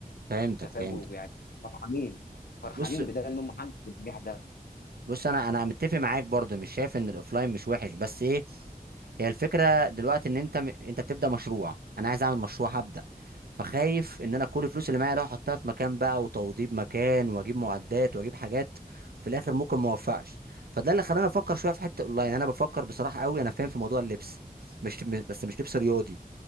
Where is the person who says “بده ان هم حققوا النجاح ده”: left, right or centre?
Left